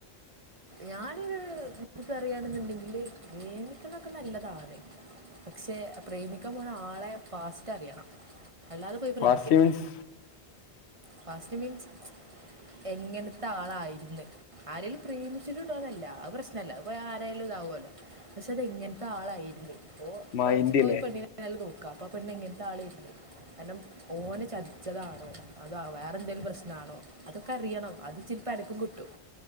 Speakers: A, on the right (about 35°); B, on the left (about 75°).
A: ഞാനൊരു ഇൻക്കറിയണെന്ന്ണ്ടെങ്കില് പ്രേമിക്ക്ണൊക്കെ നല്ലതാണ് പക്ഷെ പ്രേമിക്കാപോണആളെ ഫാസ്റ്റ്അറിയണം അല്ലാതെപോയി പ്രേമിക്കര്ത്
B: ഫാസ്റ്റ് മീൻസ്
A: ഫാസ്റ്റ് മീൻസ് എങ്ങൻത്തെ ആളായിരുന്ന് ആരേലും പ്രേമിച്ചിട്ടുണ്ടോന്നല്ല അഹ് പ്രശ്നല്ല അഹ്പ്പൊരാരായാലും ഇതാവോഅല്ലോ പക്ഷെ അതെങ്ങൻത്തെ ആളായിരുന്ന് ഓ ഇപ്പേ
B: മൈൻഡില്ലേ
A: ഇജ്ജിപ്പോ ഒരുപെണ്ണിനെ നല്ലനോക്ക അപ്പൊ ആപെണ്ണ് എങ്ങൻത്ത ആളേര്ന്ന് കാരണം ഓനെ ചതിച്ചതാണോ അതോ വേറെഎന്തേലും പ്രശ്നാണോ അതൊക്കെ അറിയണം അത് ചിൽപ്പം അനക്കും കിട്ടും